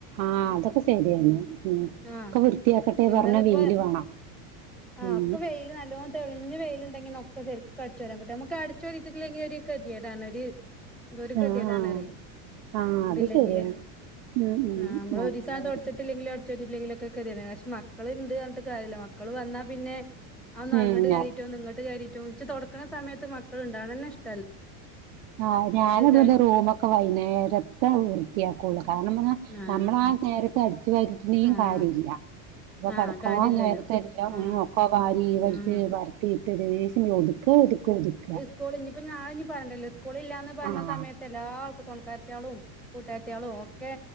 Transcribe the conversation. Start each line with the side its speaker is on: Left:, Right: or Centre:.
Right: ആഹ് അതൊക്കെ ശരിയാണ്. ഉം
Centre: ആഹ്
Right: ഒക്കെ വൃ ത്തിയാക്കട്ടെ
Centre: ഇന്നലെ
Right: പറഞ്ഞ
Centre: ഇപ്പോ
Right: വെയില് വേണം.
Centre: ആഹ്
Right: ഉം
Centre: ഒക്കെ വെയില് നല്ലോം തെളിഞ് വെയില്ണ്ടെങ്കി നമുക്കു ഒക്കെ ശെരിക്കും അടച്ച് വാരാൻ കിട്ട. നമുക്കട്ച്ച് വാരീട്ടില്ലെങ്കിൽ ഒരു കത്യേടാണ്. ഒരു, എന്തൊരു കെതിയെടാണറിയോ?
Right: ആഹ് ആഹ് ആഹ്
Centre: ഇതില്ലെങ്കില്,
Right: അത് ശരിയാണ് ഉം ഉം
Centre: ആഹ് നമ്മള്
Right: അങ്ങനായിട്ട്
Centre: ഒരീസാ തൊട്ച്ചിട്ടില്ലെങ്കില് അ <unintelligible> ല്ലെങ്കിലൊക്കെ കതനെ. പക്ഷെ മക്കളുണ്ട് പർഞ്ഞിട്ട് കാര്യല്ല. മക്കൾ വന്നാൽ പിന്നെ അ ഒന്ന്
Right: ഉം
Centre: അങ്ങട്
Right: ഞാൻ
Centre: കാര്യ റ്റൊ നിങ്ങട്ട് കാരീറ്റും ൻച്ച് തൊടക്ണ സമയത്ത് മക്കളുണ്ടാണ്ന്നെ ഇഷ്
Right: ആഹ് ഞാനത്
Centre: കര്
Right: പോലെ റൂമ് ക്ക വൈനേരത്തെ വൃത്തിയാക്കുള്ളു. കാരണം പറഞ്ഞ
Centre: ആഹ്
Right: നമ്മള ആ നേരത്തെ അടിച്ചു വാരി ന്നേ
Centre: ആഹ്
Right: കാര്യല്ല. ഇപ്പൊ
Centre: ആഹ്
Right: കെടക്കോ
Centre: കാര്യല്ലല്ലോ
Right: നേരത്തെല്ലാം
Centre: ആഹ്
Right: ഒക്കോ വാരി വലിച്ച്
Centre: ആഹ്
Right: തീർത്തതിനേഷം ഒതുക്ക, ഒതുക്ക ഒതുക്ക.
Centre: സ്കൂള് ഇഞ്ഞിപ്പ ഞാന്പ വേണ്ടല്ലോ. സ്കൂളില്ലാന്ന് പറഞ്ഞ
Right: ആഹ്
Centre: സമയത്ത് എല്ലാ ആൾ തുണിക്കാര്ത്തികളും, കൂട്ടാത്തിയാളും ഒക്കെ